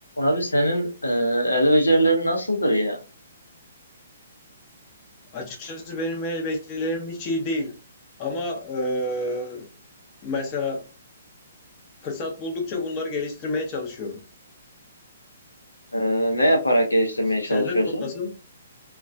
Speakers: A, on the left; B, on the left.
A: Abi senin e, el becerilerin nasıldır ya?
B: Açıkçası benim elbiselerim hiç iyi değil. Ama eee, mesela fırsat buldukça bunları geliştirmeye çalışıyorum.
A: E, ne yaparak geliştirmeye çalışıyorsun?
B: Sende durum nasıl?